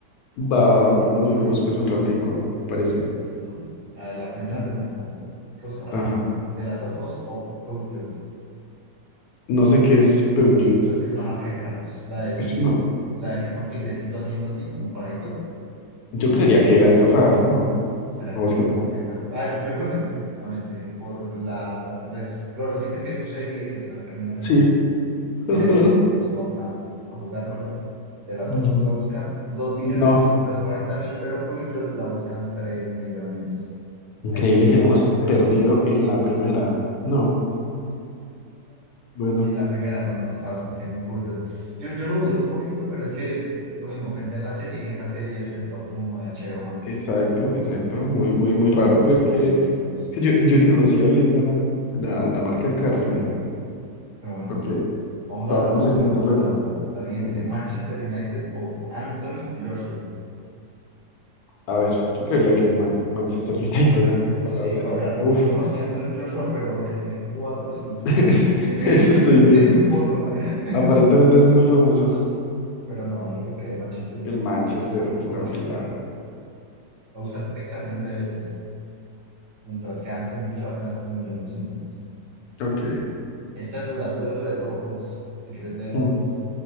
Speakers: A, on the left; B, on the right.
A: va, va, juguemos,
B: Ahora
A: juguemos
B: sí,
A: pues un ratico, parece.
B: listo. A ver, la primera
A: Mm.
B: pregunta. ¿Qué busca más
A: Ajá.
B: la gente? ¿De las of Us o Code Geass?
A: No sé qué es Peugeot.
B: Fiat Es una marca de carros. La del,
A: Es una...
B: la de que está un tigrecito haciendo así, como paradito.
A: Yo
B: Uy,
A: creería
B: no.
A: que las tofadas, ¿no?
B: ¿será
A: ¿O
B: que
A: vos
B: más
A: qué
B: que
A: pe-
B: una marca de carros? A ver, yo creo que, nuevamente, por la res- lo reciente que es su serie, que está en una temporada,
A: Sí. Ajá.
B: yo diría que pues, vamos a, a jugárnosla. De las
A: Ujú.
B: of Us la buscan dos millones
A: No.
B: cuarenta mil, pero Peugeot la buscan tres millones.
A: Increíble
B: Hay una
A: que hayamos
B: que la están pegando.
A: perdido en la primera. No. Bueno.
B: la primera no, no estabas confiando un poco. Yo, yo, yo lo dudé
A: es-
B: un poquito, pero es que lo mismo, pensé en la serie y dije, esa serie es el top uno de HBO Max.
A: Exacto, exacto.
B: Entonces,
A: Muy,
B: no
A: muy, muy raro,
B: más, pero
A: pues
B: bueno,
A: que
B: bueno,
A: Sí, yo, yo ni conocía bien la, la, la marca de carros,
B: ah,
A: imagínate.
B: pero bueno.
A: Ok,
B: Vamos
A: vamos
B: a, a reponer
A: a intentarlo
B: esto, listo.
A: de nuevo.
B: La siguiente,
A: Ujú.
B: Manchester United o Anthony Joshua.
A: A ver, yo creería que es Man- Manchester United
B: Más grande,
A: <laughs>
B: sí,
A: toda la vida.
B: ahora,
A: Uf,
B: no conocí a Anthony Joshua, pero veo que tiene cuatro cinturones
A: <laughs> es-
B: <laughs> en
A: eso
B: su,
A: estoy viendo.
B: en su foto. <laughs>
A: Aparentemente es muy famoso.
B: Pero no, yo creo que Manchester United,
A: El Manchester,
B: creo
A: claro,
B: que con Manchester,
A: claro.
B: lo buscan 30 millones de veces. mientras que Anthony Joshua apenas un millón doscientos
A: Ok.
B: Esta es dura, duelo de rojos, si quieres leer la
A: Mm,
B: otra.